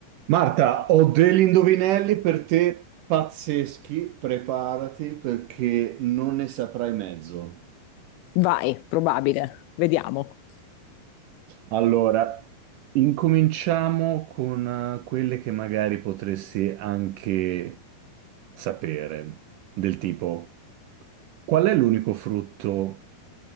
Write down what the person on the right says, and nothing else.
Marta, ho degli indovinelli per te pazzeschi, preparati perché non ne saprai mezzo.
Allora, incominciamo con eh, quelle che magari potresti anche sapere, del tipo, qual è l'unico frutto